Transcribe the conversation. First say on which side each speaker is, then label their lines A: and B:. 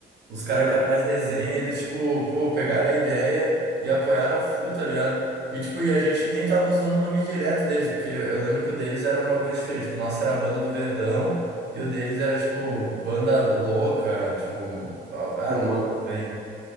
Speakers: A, on the right; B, on the right.
A: os cara
B: exato.
A: que eram mais resenha, eles, tipo, pô, pegaram a ideia e apoiaram a FU, tá ligado? E, tipo, e a gente nem tava usando o nome direto deles, porque eu eu lembro que o deles era uma coisa diferente. Tipo, o nosso era a Banda do Verdão e o deles era, tipo, Banda Louca, tipo, ah,
B: Era
A: não
B: um
A: lembro
B: bagulho.
A: muito bem.